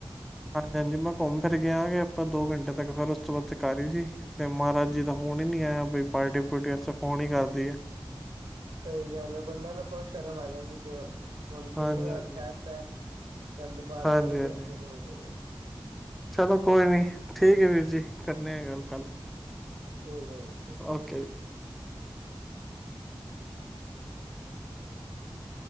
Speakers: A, in the centre; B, on the right.
A: ਹਾਂਜੀ ਹਾਂਜੀ ਮੈਂ ਘੁੰਮ ਫਿਰ ਗਿਆ ਕਿ ਆਪਾਂ ਦੋ ਘੰਟੇ ਤੱਕ ਫਿਰ ਉਸ ਤੋਂ ਬਾਅਦ ਘਰ ਹੀ ਸੀ, ਤੇ ਮਹਾਰਾਜ ਜੀ ਦਾ ਫੋਨ ਹੀ ਨੀ ਆਇਆ ਬਈ ਪਾਰਟੀ ਪੁਰਟੀ ਵਾਸਤੇ ਫੋਨ ਹੀ ਕਰਦੀ ਏ।
B: ਸਹੀ ਗੱਲ ਹੈ ਬੰਦੇ ਨੂੰ ਖੁਦ ਸ਼ਰਮ ਆ ਜਾਂਦੀ ਐ ਕਿ ਮੈਨੂੰ ਕਿੰਨੀ
A: ਹਾਂਜੀ
B: ਵਾਰ
A: ਹਾਂਜੀ
B: ਕਿਹ ਦਿਤਾ। ਤਾਂ ਦੁਬਾਰਾ
A: ਹਾਂਜੀ
B: ਕਹੀਏ
A: ਹਾਂਜੀ
B: ਕਿ ਨਹੀਂ ਕਹੀਏ
A: ਚਲੋ ਕੋਈ ਨੀ ਠੀਕ ਹੈ ਵੀਰ ਜੀ ਕਰਨੇ ਆ ਗੱਲ ਕੱਲ
B: ਠੀਕ ਐ ਵੀਰ ਜੀ।
A: ਓਕੇ
B: <unintelligible>